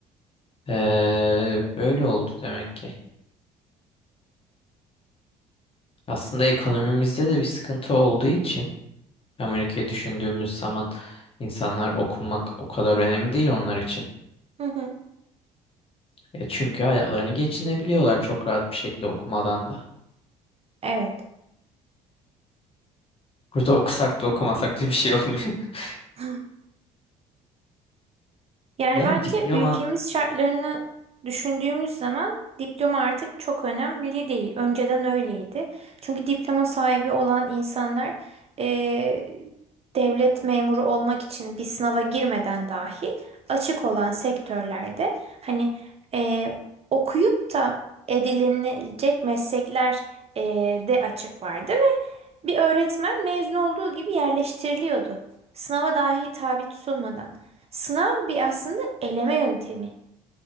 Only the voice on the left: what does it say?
eee, böyle oldu demek ki. Aslında ekonomimizde de bir sıkıntı olduğu için Amerika'yı düşündüğümüz zaman insanlar okumak o kadar önemli değil onlar için.
E çünkü hayatlarını geçinebiliyorlar çok rahat bir şekilde okumadan da.
Burada okusak da okumasak da bir şey olmuyor. <laughs>
Yani
diploma